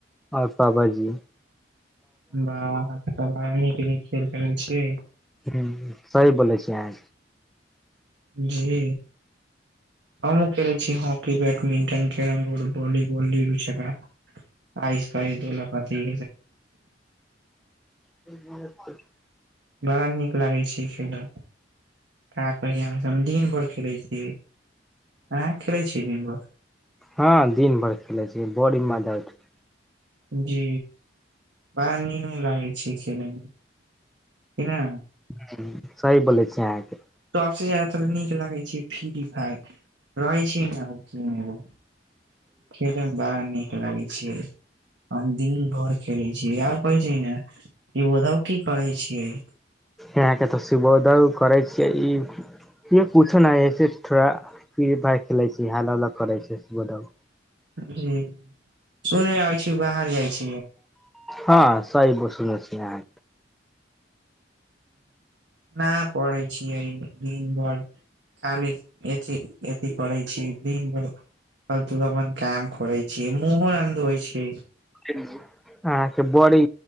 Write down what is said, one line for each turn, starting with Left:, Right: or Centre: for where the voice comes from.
Centre: आओ पाबाजी
Right: बाह अहाँके तऽ बड़ा नीक नीक खेल खेलै छियै
Centre: हुँ सही बोलै छी अहाँ
Right: जी हमहुँ खेलै छी हॉकी बैडमिंटन कैरम बोर्ड बोली गोली छका आइस पइस दोला पति
Centre: <inaudible>
Right: बड़ा नीक लागै छै खेला का कही अहाँ से हम दिन भर खेलै छियै अहाँ खेलै छियै दिन भर
Centre: हँ दिन भरि खेलै छी बड़ी मजा छै,
Right: जी बड़ा नीमन लागै छै खेले मे केना
Centre: हँ सही बोलै छै अहाँके
Right: सबसे ज्यादातर नीक लागै छै फ्री फायर रहै छै ने ओ तीन गो खेलै मे बड़ा नीक लागै छियै आ दिन भर खेलै छीयै आओर कहै छियै न ई ओधव की करै छियै
Centre: अहाँके तऽ सुभोदय करै छियै ई इहाँ कुछो नय थोड़ा फ्री फायर खेलै छी हाला उला करै छै सुबोधै
Right: जी सुने मे आबै छी बाहर जाइ छी
Centre: हँ सही ब सुनै छी अहाँ।
Right: ना पढ़ै छियै दिन भरि। खाली अथी अथी करै छियै दिन भरि। आ तू अपन काम करै छियै मुहो न धोइ छियै
Centre: अहाँके बड़ी